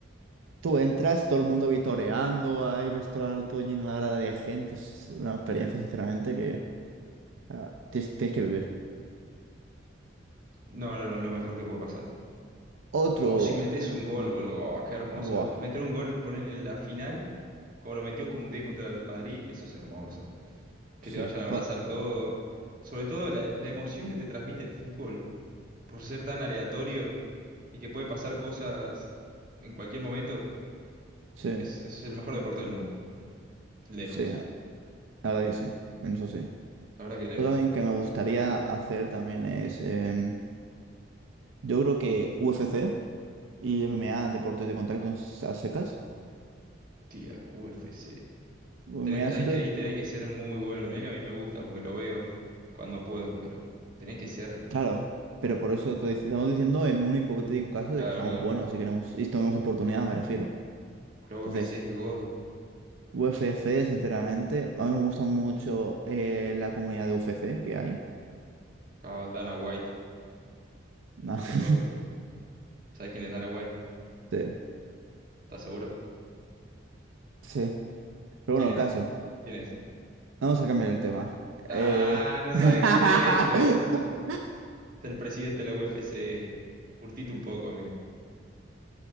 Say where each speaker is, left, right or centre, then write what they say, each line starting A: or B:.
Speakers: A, on the right; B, on the right.
A: Tú entras, todo el mundo vitoreando, ahí ves toda, todo lleno la grada de gente. Es una experiencia, sinceramente, que ah, tienes, tienes que vivir.
B: No, no, no, lo mejor que puede pasar.
A: Otro.
B: O si metes un gol, boludo. Oh, qué hermoso.
A: Buah.
B: Meter un gol, poner en la final, como lo metió Koundé contra el Madrid, eso es hermoso. Que
A: Sí.
B: te vayan a abrazar
A: pa-
B: todo. Sobre todo la, la emoción que te transmite el fútbol. por ser tan aleatorio y que puede pasar cosas en cualquier momento,
A: sí.
B: es, es el mejor deporte del mundo. Lejos,
A: Sí. La verdad que sí. En eso sí.
B: la verdad que lejos.
A: Otro también que me gustaría hacer también es. em, yo creo que UFC y MMA, deportes de contacto a secas.
B: Tía, UFC.
A: MMA
B: Tenés que, ah,
A: siempre.
B: es que ahí tenés que ser muy bueno. Mira que a mí me gusta porque lo veo cuando puedo, pero tenés que ser.
A: Claro. Pero por eso te dic- estamos diciendo en un hipotético caso
B: Claro,
A: de que seamos
B: claro.
A: buenos si queremos. Y tenemos oportunidades me refiero.
B: La
A: Entonces.
B: UFC es God.
A: UFC, sinceramente, a mí me gusta mucho eh, la comunidad de UFC que hay.
B: Claro, Dana White
A: No,
B: y
A: <laughs>
B: todo lo. ¿Sabes quién es Dana White?
A: sí,
B: ¿Estás seguro?
A: sí. Pero
B: ¿Quién
A: bueno, el
B: es?
A: caso,
B: ¿Quién es?
A: vamos a cambiar el tema.
B: Ah,
A: Eh...
B: no
A: <laughs>
B: sabes quién es, hijo de puta. Es el presidente de la UFC. Curtite un poco, amigo.